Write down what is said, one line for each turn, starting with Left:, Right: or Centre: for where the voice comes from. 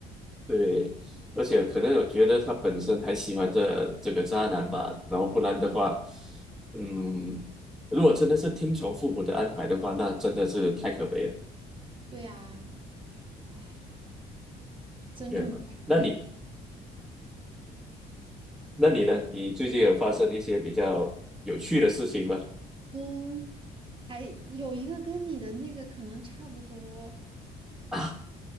Centre: 对，而且可能我觉得他本身还喜欢这这个渣男吧，然后不然的话，嗯，如果真的是听从父母的安排的话，那真的是太可悲了，
Right: 对呀，唉，尊重他人命。
Centre: 对吧？那你那你呢？你最近有发生一些比较有趣的事情吗？
Right: 嗯，还有一个跟你的那个可能差不多，
Centre: 啊，